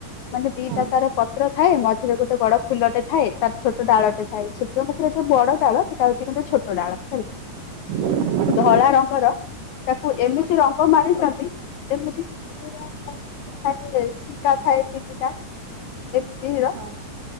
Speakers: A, on the left (about 75°); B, on the right (about 85°).
A: ମାନେ ଦିଟା
B: ହଁ
A: ତାର ପତ୍ର ଥାଏ ମଝିରେ ଗୋଟେ ବଡ ଫୁଲଟେ ଥାଏ ତାର ଛୋଟ ଡାଳ ଟେ ଥାଏ, ସୂର୍ଯ୍ୟ ମୁଖିର ଟିକେ ବଡ ଡ଼ାଳ ସେଇଟା ହଉଛି କିନ୍ତୁ ଛୋଟ ଡାଳ ହେଲା।
B: <inaudible>
A: ଧଳା ରଙ୍ଗର ତାକୁ ଏମିତି ରଙ୍ଗ ମାରିଛନ୍ତି ଯେ ମିତି <unintelligible> ଥାଏ ଝିଙ୍କା ଥାଏ ତିନିଟା ଏମିତି
B: ହଁ।